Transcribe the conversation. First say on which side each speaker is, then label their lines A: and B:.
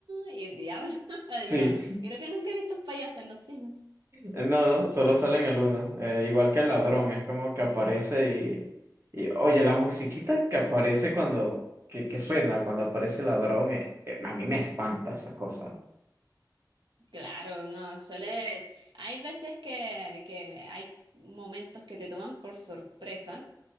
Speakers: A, on the right; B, on the right.
A: y diablo. <laughs>
B: Sí,
A: No, creo que nunca he visto un payaso en los Sims.
B: no, no, solo sale en el uno, eh, igual que el ladrón, es como que aparece y, y, oye, la musiquita que aparece cuando, que, que suena cuando aparece el ladrón, eh, eh, a mí me espanta esa cosa.
A: Claro, no, suele... Hay veces que, que hay momentos que te toman por sorpresa